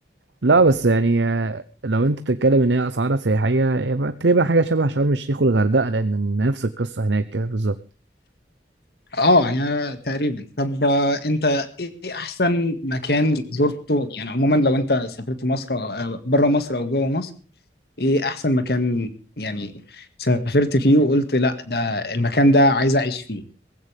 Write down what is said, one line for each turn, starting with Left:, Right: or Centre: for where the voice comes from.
Right: لا بس يعني آه، لو انت بتتكلم ان هي اسعارها سياحيه يبقى تقريبا حاجه شبه شرم الشيخ والغردقه لان نفس القصه هناك كده بالظبط
Left: اه يعني تقريبا طب آه، انت ايه إيه احسن مكان زرته يعني عموما لو انت سافرت مصر او بره مصر او جوه مصر ايه احسن مكان يعني سافرت فيه وقلت لا ده المكان ده عايز اعيش فيه